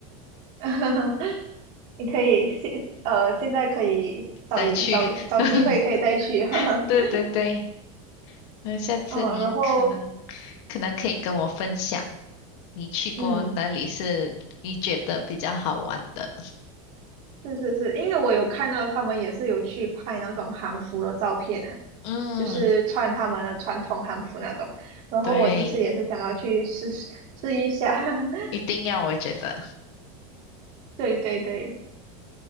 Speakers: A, on the right; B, on the left.
A: <laughs> 你可以现呃现在可以找一找找机会可以再去。
B: 再去，<laughs>
A: <laughs>
B: 对对对，那下次你可能
A: 嗯，然后
B: 可能可以跟我分享你去过哪里是你觉得比较好玩的，
A: 嗯，是是是，因为我有看到他们也是有去拍那种韩服的照片啊，
B: 嗯，
A: 就是穿他们的传统韩服那种。然后我这次也是想要去试试试一下，
B: 对，
A: <laughs>
B: 一定要，我觉得，
A: 对对对，